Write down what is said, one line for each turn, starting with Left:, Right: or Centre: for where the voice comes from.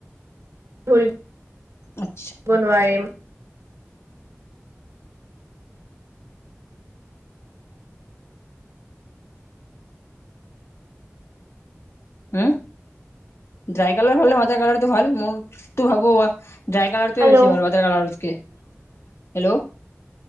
Right: <unintelligible>
Left: আচ্ছা।
Right: বনুৱাইম।
Left: উম, ড্ৰাই কালাৰ <unintelligible> টো ভাবো মই। ড্ৰাই কালাৰটোৱে
Right: হেল্ল'
Left: বেছি ভাল <unintelligible> কালাৰতকে হেল্ল'